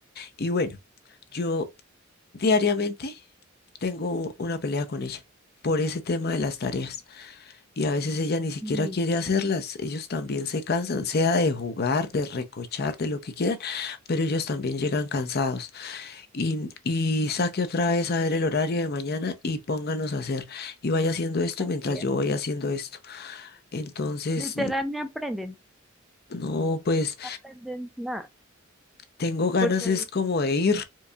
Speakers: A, on the left; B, in the centre.
A: Y bueno, yo diariamente tengo una pelea con ella por ese tema de las tareas. Y a veces ella ni siquiera
B: Sí,
A: quiere hacerlas. Ellos también se cansan, sea de jugar, de recochar, de lo que quieran, pero ellos también llegan cansados y, y saque otra vez a ver el horario de mañana y pónganos a hacer y vaya haciendo esto mientras
B: vea.
A: yo voy haciendo esto. Entonces,
B: Literal,
A: n-
B: no aprenden.
A: no, pues
B: No aprenden nada.
A: tengo ganas
B: Porque
A: es como de ir